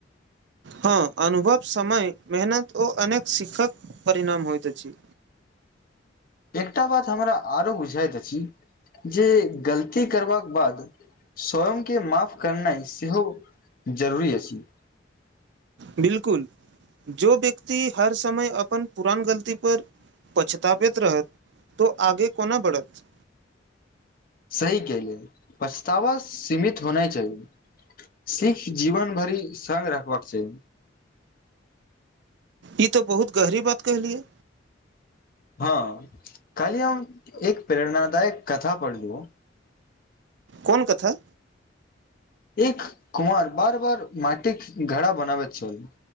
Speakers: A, on the right; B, on the left.
A: हँ अनुभव समय मेहनत ओ अनेक सिखक परिणाम होइत अछि
B: एकटा बात हमरा आरो बुझाइत अछि जे गलती करबाक बाद स्वयंके माफ करनाइ सेहो जरूरी अछि
A: बिलकुल जो व्यक्ति हर समय अपन पुरान गलती पर पछताबैत रहत तो ओ आगे कोना बढ़त
B: सही कहले पछतावा सीमित होना जरूरी <unintelligible> सिख जीवन भरि संग रखबाक चाही
A: ई तऽ बहुत गहरी बात कहलियै
B: हँ काली हम एक प्रेरणादायक कथा पढ़लौ
A: कोन कथा
B: एक कुम्हार बार बार माटी के घरा बनाब त छल